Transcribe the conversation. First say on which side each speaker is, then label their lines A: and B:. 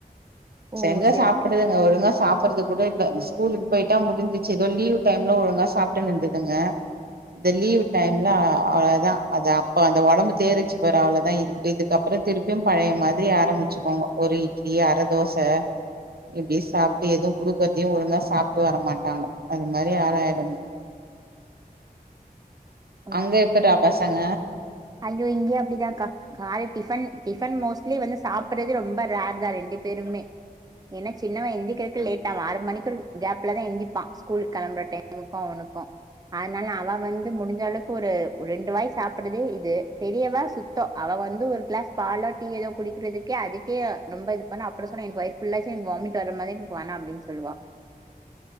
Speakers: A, on the right; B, on the right.
A: ஓ
B: ஸ் எங்க
A: சேரி
B: சாப்புடுதுங்க ஒழுங்கா சாப்புட்றதுக் கூட இல்ல இந்த ஸ்கூலுக்கு போயிட்டா முடிஞ்சிச்சு எதோ லீவு டைம்ல ஒழுங்கா சாப்ட்டுனு இருந்ததுங்க இந்த லீவு டைம்ல அவ்ளதா அதா இப்ப அந்த ஒடம்பு தேரிச்சு பாரு அவளதா இதுக் இதுக்கப்றோ திருப்பியு பழைய மாதிரி ஆரம்மிச்சுக்கோங்க ஒரு இ இட்லி அர தோச இப்டி சாப்ட்டு எது குடுக்கறதையு ஒழுங்கா சாப்ட்டு வரமாட்டாங்க அது மாரி ஆளாயிடனு
A: ஓ
B: அங்க எப்புட்றா பசங்க
A: ஐயோ இங்கயு அப்டிதாக்கா கால டிஃபன் டிஃபன் மோஸ்ட்லி வந்து சாப்புட்றது ரொம்ப ரேரு தா ரெண்டு பேருமே என்ன சின்னவ எந்திக்கிறக்கு லேட் ஆவு ஆறு மணிக்கு கேப்லாதா எந்திப்பா ஸ்கூலு களம்புற டைம் முக்கு அவனுக்கு அதனால அவ வந்து முடிஞ்ச அளவுக்கு ஒரு ஒரு ரெண்டு வாய் சாப்பிட்றதே இ து பெரியவ சுத்தோ அவ வந்து ஒரு கிளாஸ் பாலோ டீ ஏதோ குடிக்கிறதுக்கே அதுக்கே ரொம்ப இது பண்ண அப்பறோ சொன்னா எனக்கு வயிறு ஃபுல்லாயிச்சு எனக்கு வாமிட் வர மாதிரி இருக்கு எனக்கு வேணா அப்டினு சொல்லுவா